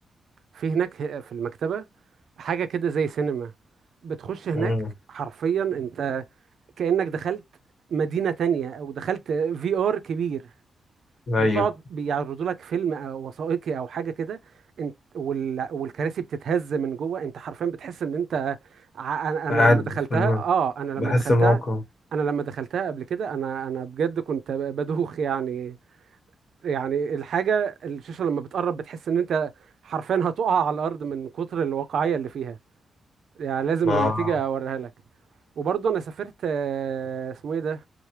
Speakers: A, on the right; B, on the left.
A: في هناك في المكتبة حاجة كده زي سينما بتخش هناك
B: امم
A: حرفيا انت كأنك دخلت مدينة تانية او دخلت في ار كبير
B: ايوه
A: بتقعد بيعرضوا لك فيلم أو وثائقي او حاجه كده انت وال... والكراسي بتتهز من جوه انت حرفيا بتحس ان انت ع- انا أنا
B: قاعد
A: لما دخلتها
B: في الم...
A: اه انا لما
B: بحس
A: دخلتها
B: الموقف
A: انا لما دخلتها قبل كده انا انا بجد كنت ب- بدوخ يعني يعني الحاجه الشاشه لما بتقرب بتحس ان انت حرفيا هتقع على الارض من كتر الواقعيه اللي فيها يعني لازم
B: اه
A: لما تيجي اوريها لك وبرضه انا سافرت آه، اسمه ايه ده